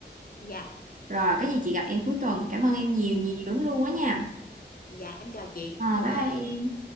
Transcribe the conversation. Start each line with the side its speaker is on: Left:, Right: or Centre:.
Left: Dạ.
Right: rồi có gì chị gặp em cuối tuần cảm ơn em nhiều
Left: Ừ.
Right: nhiều lắm luôn á nha
Left: Dạ em chào chị.
Right: ờ
Left: Bye bye.
Right: bye bye em